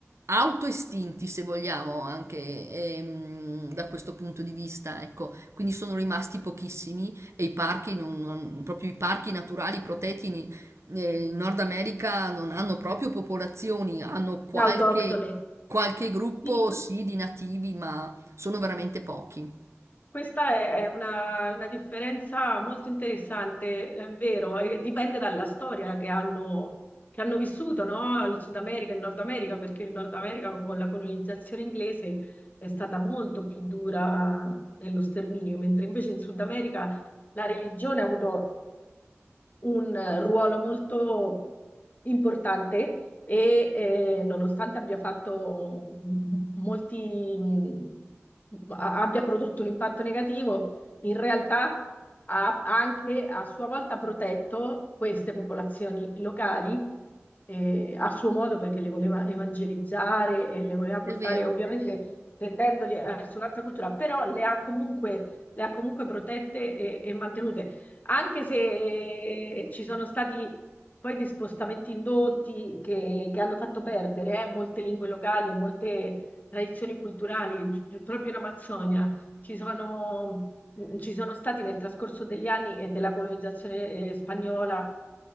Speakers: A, on the right; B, on the left.
A: autoestinti, se vogliamo, anche ehm, da questo punto di vista, ecco, quindi sono rimasti pochissimi e i parchi, non- non- proprio i parchi naturali protetti in, eh, in Nord America non hanno proprio popolazioni, hanno qualche,
B: <laughs> autoctone.
A: qualche gruppo
B: Sì,
A: sì di nativi, ma sono veramente pochi.
B: Questa è una, una differenza molto interessante, è vero, e dipende dalla storia che hanno, che hanno vissuto, no? Il Sud America e il Nord America, perché il Nord America con la colonizzazione inglese è stata molto più dura nello sterminio, mentre invece in Sud America la religione ha avuto un eh, ruolo molto importante e eh, nonostante abbia fatto m- m- molti, m, a- abbia prodotto un impatto negativo, in realtà ha anche a sua volta protetto queste popolazioni locali eh, a suo modo perché le voleva evangelizzare e le voleva portare
A: È vero.
B: ovviamente tendendoli verso un'altra cultura, però le ha comunque, le ha comunque protette e e mantenute anche se eh, ci sono stati poi dei spostamenti indotti che, che hanno fatto perdere eh, molte lingue locali e molte tradizioni culturali, gi- proprio in Amazzonia. Ci sono, mh, ci sono stati nel trascorso degli anni e della colonizzazione eh, spagnola.